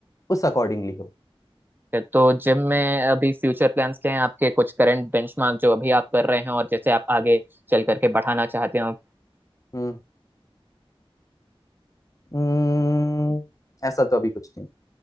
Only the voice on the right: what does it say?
तो जिम में अभी फ्यूचर प्लान्स क्या हैं आपके कुछ करंट बेंचमार्क जो अभी आप कर रहे हैं और जैसे आप आगे चल करके बढ़ाना चाहते हो